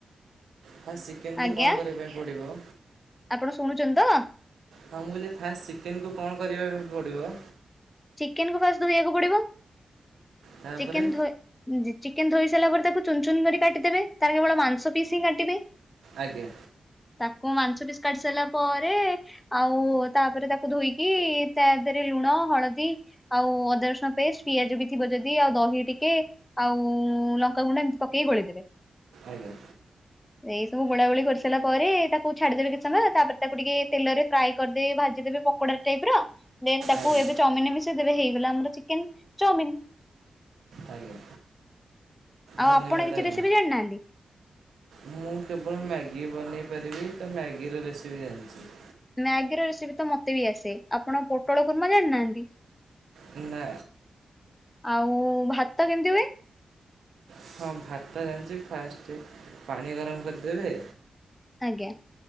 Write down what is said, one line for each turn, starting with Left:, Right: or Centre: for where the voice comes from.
Right: ଫାଷ୍ ଚିକେନକୁ
Left: ଆଜ୍ଞା
Right: କଣ କରିବା ପାଇଁ ପଡିବ?
Left: ଆପଣ ଶୁଣୁଛନ୍ତି ତ?
Right: ହଁ ମୁଁ କହିଲି ଫାଷ୍ ଚିକେନକୁ କଣ କରିବା ପାଇଁ ପଡିବ?
Left: ଚିକେନକୁ ଫାଷ୍ ଧୋଇଆକୁ ପଡିବ
Right: ତାପରେ
Left: ଚିକେନ୍ ଧୋଏ ଉଁ ଯି ଚିକେନ୍ ଧୋଇ ସାରିଲା ପରେ ତାକୁ ଚୁନ୍ ଚୁନ୍ କରି କାଟିଦେବେ ତାର କେବଳ ମାଂସ ପିସ୍ ହିଁ କାଟିବେ।
Right: ଆଜ୍ଞା।
Left: ତାକୁ ମାଂସ ପିସ୍ କାଟି ସାଇଲା ପରେ ଆଉ ତାପରେ ତାକୁ ଧୋଇକି ତାଦେରେ ଲୁଣ ହଳ ଦୀ ଆଉ ଅଦା ରସୁଣ ପେଷ୍ଟ ପିଆଜ ବି ଥିବ ଯଦି ଆଉ ଦହି ଟିକେ ଆଉ ଲଙ୍କାଗୁଣ୍ଡା ଏମତି ପକେଇକି ଗୋଳେଇ ଦେବେ।
Right: ଆଜ୍ଞା।
Left: ଏଇ ସବୁ ଗୋଳା ଗୋଳି କରିସାରିଲା ପରେ ତାକୁ ଛାଡିଦେବେ କିଛି ସମୟ ତାପରେ ତାକୁ ଟିକେ ତେଲରେ ଫ୍ରାଏ କରିଦେବେ ଭାଜିଦେବେ ପକୋଡା ଟାଇପର ଦେନ୍ ତାକୁ
Right: ଆଜ୍ଞା
Left: ଏବେ ଚଉମିନରେ ମିଶେଇ ଦେବେ ହେଇଗଲା ଆମର ଚିକେନ୍ ଚଉମିନ୍।
Right: ଆଜ୍ଞା।
Left: ଆଉ
Right: ଧନ୍ୟବାଦ
Left: ଆପଣ କିଛି
Right: ଆଜ୍ଞା
Left: ରେସିପି ଜାଣିନାହାନ୍ତି।
Right: ମୁଁ କେବଳ ମ୍ୟାଗି ବନେଇ ପାରିବି ତ ମ୍ୟାଗିର ରେସିପି ଜାଣିଚି।
Left: ମ୍ୟାଗିର ରେସିପି ତ ମତେ ବି ଆସେ ଆପଣ ପୋଟଳ କୁରୁମା ଜାଣିନାଆନ୍ତି।
Right: ହୁଁ ନା।
Left: ଆଉ ଭାତ କେମତି ହୁଏ?
Right: ହଁ ଭାତ ଜାଣିଚି ଫାଷ୍ଟେ ପାଣି ଗରମ କରିଦେବେ।
Left: ଆଜ୍ଞା।